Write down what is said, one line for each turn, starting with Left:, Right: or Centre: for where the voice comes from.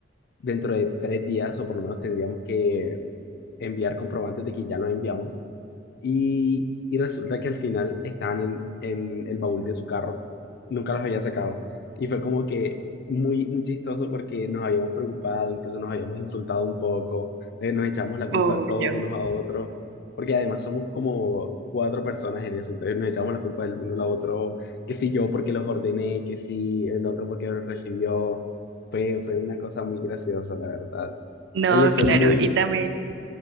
Left: dentro de tres días o por lo menos tendríamos que enviar comprobantes de que ya los enviamos y, y resulta que al final estaban en, en el baúl de su carro. Nunca los había sacado. Y fue como que muy, muy chistoso porque nos habíamos preocupado, incluso nos habíamos insultado un poco. eh, nos echamos la culpa
Right: obvio.
Left: todos unos a otros. Porque además somos como cuatro personas en eso. Entonces nos echamos la culpa del uno al otro. Que si yo porque los ordené, que si el otro porque los recibió. Fue, fue una cosa muy graciosa, la verdad.
Right: No,
Left: Oye, fue
Right: claro.
Left: muy...
Right: Y también